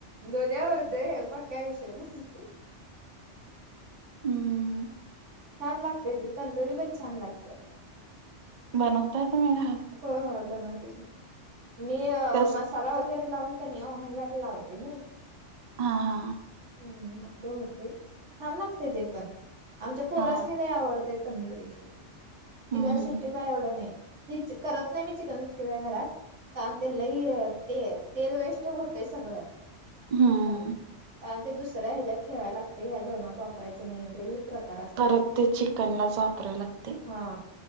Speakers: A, on the right; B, on the right.
A: दोन्ही आवडतय मग काय विषय नाही.
B: हम्म
A: छान लागतय ती तंदुरी पण छान लागते.
B: बनवताय तुम्ही घरात?
A: होय होय बनवते कि मी अ
B: कस
A: मस् साला वगैरे लावून का नाही ओहनला लावते नाही.
B: हा हा हा.
A: हम्म मग ते होते छान लागतय ते पण आमच्या पोरास्नी
B: हा
A: लय आवडतंय. तंदुरी ते
B: हम्म
A: चिकन सिक्सटी फाय आवढंत नाही करत नाही मी चिकन सिक्सटी फाय घरात. तान ते लय ते तेल वेस्ट होते सगळं.
B: हम्म्म.
A: कारण ते दुसऱ्या ह्याच्यात ठेवाय लागतंय ह्या जेवणात वापरायचं नाही लई प्रकार अस
B: परत ते चिकनलाच वापराय लागते
A: हां